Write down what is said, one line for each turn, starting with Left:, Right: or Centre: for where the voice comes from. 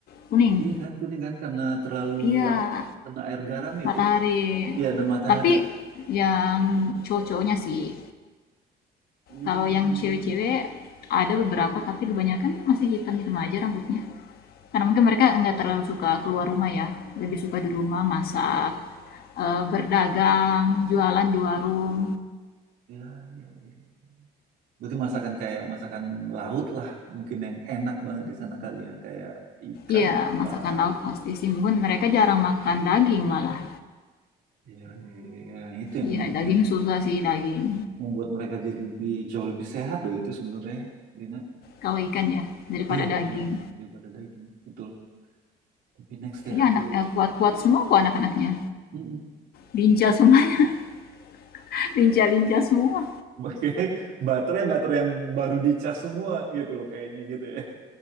Left: Kuning.
Right: iya kan kuning kan karena terlalu
Left: Iya,
Right: lama kena air garam itu
Left: matahari.
Right: iya dan matahari
Left: Tapi yang cowok-cowoknya sih.
Right: hmm
Left: Kalau yang cewek-cewek ada beberapa tapi kebanyakan masih hitam-hitam aja rambutnya. Karena mungkin mereka nggak terlalu suka keluar rumah ya. Lebih suka di rumah masak, eh, berdagang, jualan di warung.
Right: ya ya ya berarti masakan kayak masakan laut lah mungkin yang enak banget di sana kali ya kayak ikan
Left: Iya,
Right: apa
Left: masakan laut
Right: gitu
Left: pasti sih. Mungkin mereka jarang makan daging malah.
Right: iya iya iya. itu yang
Left: Iya,
Right: bikin
Left: daging susah sih daging.
Right: membuat mereka jadi lebih jauh lebih sehat loh itu sebenarnya Dina
Left: Kalau ikan ya, daripada
Right: iya
Left: daging.
Right: benar daripada daging betul tapi next deh
Left: Iya,
Right: aku
Left: anak eh, kuat-kuat semua kok anak-anaknya.
Right: Mm-mm.
Left: Lincah semuanya, <laughs> lincah-lincah semua.
Right: Kayak baterai baterai yang baru di charge semua gitu loh kayaknya gitu ya.